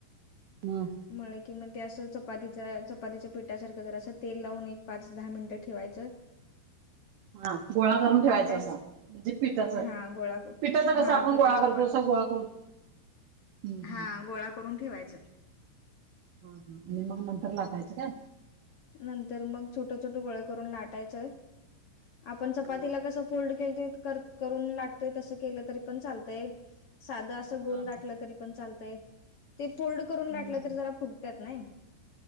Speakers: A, on the right (about 75°); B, on the left (about 85°).
A: हम्म.
B: मळ की मग ते असं चपाती चपातीच्या पिठासारखं जर असं तेल लावून एक पाच, दहा मिनिटं ठेवायचं.
A: हा गोळा करून ठेवायचा
B: लाटायच
A: असा म्हणजे पिठाच
B: हा गोळा
A: पिठाचा
B: हा
A: कसा आपण
B: पिठाचा
A: गोळा करतो तस गोळा करून <inaudible> हम्म
B: हा.
A: हम्म
B: गोळा करून ठेवायच.
A: ह ह आणि मग नंतर लाठायचं काय?
B: नंतर मग छोट छोट गोळे करून लाटायचय. आपण
A: हा
B: चपातीला कसं थोडं केलतीत करत करून लाटतोय तस केल तरी पण चालतंय असं गोल
A: हा हा
B: लाट तरी पण चालत ते फोल्ड करून
A: हम्म
B: लाटलं
A: हम्म
B: तरी जरा फुगत ने.